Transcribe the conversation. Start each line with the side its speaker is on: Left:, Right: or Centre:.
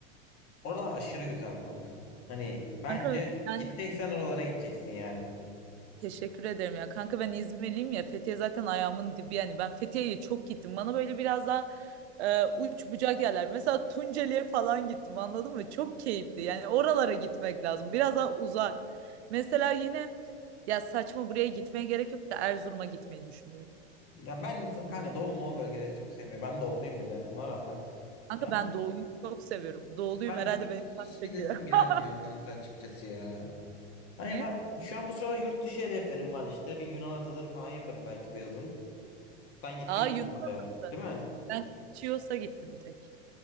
Left: Orada aşırı güzel kanka. Hani bence
Right: Kanka ben
Left: gideceksen oralara gideceksin yani.
Right: Teşekkür ederim ya. Kanka ben İzmirliyim ya. Fethiye zaten ayağımın dibi yani. Ben Fethiye'ye çok gittim. Bana böyle biraz daha e, uç bucak yerler. Mesela Tunceli'ye falan gittim anladın mı? Çok keyifli. Yani oralara gitmek lazım. Biraz daha uzak. Mesela yine ya saçma buraya gitmeye gerek yok da Erzurum'a gitmeyi düşünüyorum.
Left: Ya ben kanka Doğu Moğol bölgeleri çok sevmiyorum. Ben doğuluyum bir de ona rağmen.
Right: Kanka
Left: Yani
Right: ben doğuyu çok seviyorum. Doğuluyum
Left: ben
Right: herhalde
Left: hiç
Right: beni çok
Left: hiç gidesim
Right: çekiyor.
Left: gelmiyor
Right: <laughs>
Left: kanka açıkçası ya. Hani
Right: Niye?
Left: ben şu an bu sırada yurt dışı hedeflerim var işte. Bir Yunan adaları falan yaparım belki bu yazın. Sen gittin
Right: Aa Yunan
Left: galiba oraya,
Right: Adası.
Left: değil mi?
Right: Ben Chios'a gittim tek.